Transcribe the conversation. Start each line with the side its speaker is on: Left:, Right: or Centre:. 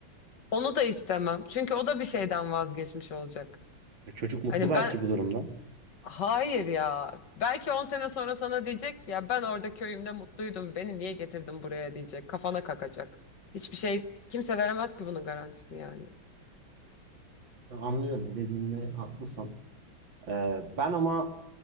Left: Onu da istemem. Çünkü o da bir şeyden vazgeçmiş olacak.
Right: Çocuk mutlu
Left: Hani
Right: belki
Left: ben
Right: bu durumdan.
Left: Hayır ya. Belki 10 sene sonra sana diyecek ki, ya ben orada köyümde mutluydum. Beni niye getirdin buraya diyecek. Kafana kakacak. Hiçbir şey kimse veremez ki bunun garantisini yani.
Right: Anlıyorum dediğinde haklısın. Ee, ben ama